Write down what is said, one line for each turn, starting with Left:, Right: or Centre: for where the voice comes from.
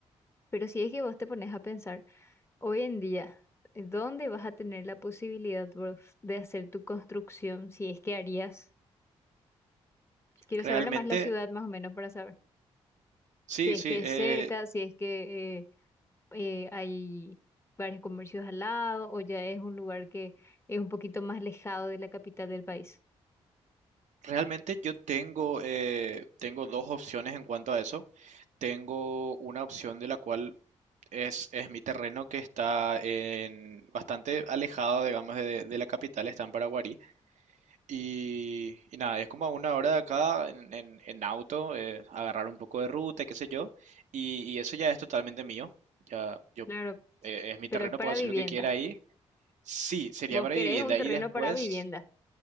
Left: Pero si es que vos te pones a pensar, hoy en día, ¿dónde vas a tener la posibilidad vos de hacer tu construcción si es que harías? Quiero
Right: realmente,
Left: saber nomás la ciudad más o menos para saber.
Right: sí,
Left: Si es
Right: sí,
Left: que es
Right: eh,
Left: cerca, si es que... eh, eh, hay varios comercios al lado o ya es un lugar que es un poquito más alejado de la capital del país.
Right: realmente yo tengo, eh, tengo dos opciones en cuanto a eso. Tengo una opción de la cual Es, es mi terreno que está en, bastante alejado, digamos, de, de la capital, está en Paraguarí. Y, y nada, es como a una hora de acá en, en- en auto, eh, agarrar un poco de ruta, y qué sé yo. Y, y eso ya es totalmente mío. Ya yo,
Left: Claro,
Right: eh, es mi
Left: pero
Right: terreno,
Left: es para
Right: puedo hacer
Left: vivienda.
Right: lo que quiera ahí. Sí, sería
Left: Vos
Right: para
Left: querés
Right: vivienda.
Left: un terreno
Right: Y después,
Left: para vivienda,